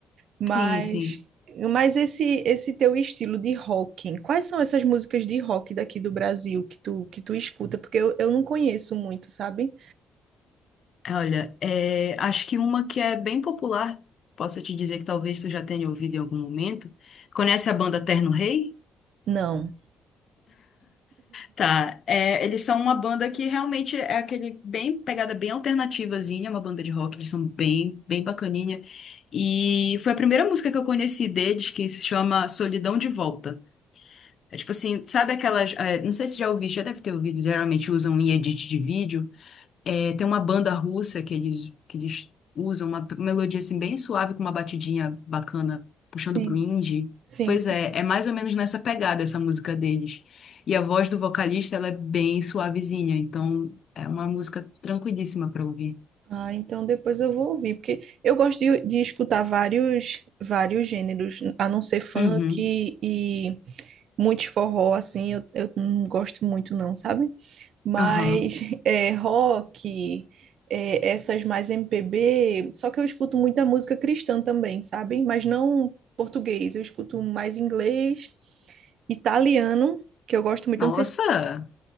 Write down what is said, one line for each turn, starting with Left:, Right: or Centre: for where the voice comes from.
Right: Mas,
Left: Sim, sim.
Right: mas esse esse teu estilo de rock, quais são essas músicas de rock daqui do Brasil que tu que tu escuta? Porque eu, eu não conheço muito, sabe?
Left: Olha, é, acho que uma que é bem popular, posso te dizer que talvez tu já tenha ouvido em algum momento. Conhece a banda Terno Rei?
Right: Não.
Left: Tá, é, eles são uma banda que realmente é aquele bem pegada bem alternativazinha, uma banda de rock, eles são bem, bem bacaninha. E foi a primeira música que eu conheci deles, que se chama Solidão de Volta. É tipo assim, sabe aquelas, é, não sei se já ouviste, já deve ter ouvido, geralmente usam em edit de vídeo. É, tem uma banda russa que eles, que eles usam, uma melodia assim bem suave, com uma batidinha bacana, puxando
Right: Sim,
Left: pro indie.
Right: sim,
Left: Pois
Right: sim.
Left: é, é mais ou menos nessa pegada essa música deles. E a voz do vocalista, ela é bem suavezinha, então é uma música tranquilíssima pra ouvir.
Right: Ah, então depois eu vou ouvir, porque eu gosto de, de escutar vários vários gêneros, a não ser funk
Left: Uhum,
Right: e, e muitos forró assim, eu, eu não gosto muito não, sabe? mas
Left: aham.
Right: <laughs> é, rock, é, essas mais MPB. Só que eu escuto muita música cristã também, sabe? Mas não português, eu escuto mais inglês, italiano, que eu gosto muito.
Left: Nossa!
Right: Eu não sei se,